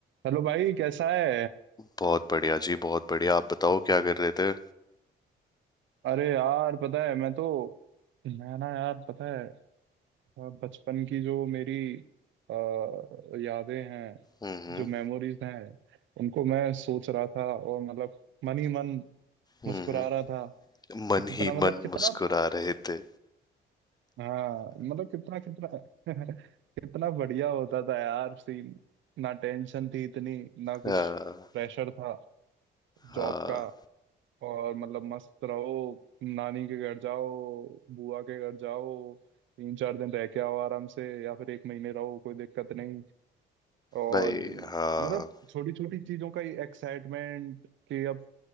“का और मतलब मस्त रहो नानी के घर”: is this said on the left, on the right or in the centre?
Right